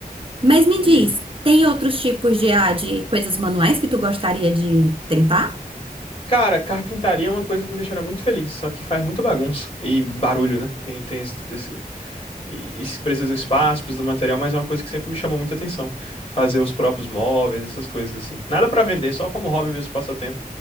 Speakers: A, on the right (about 35°); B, on the left (about 40°).
A: Mas me
B: E,
A: diz, tem outros tipos de, ah, de coisas manuais que tu gostaria de tentar?
B: cara, carpintaria é uma coisa que me deixaria muito feliz, só que faz muita bagunça e barulho, né? Tem, tem esse, tudo E, e se precisa do espaço, precisa do material, mas é uma coisa que sempre me chamou muita atenção. Fazer os próprios móveis, essas coisas assim. Nada pra vender, só como hobby mesmo, passatempo.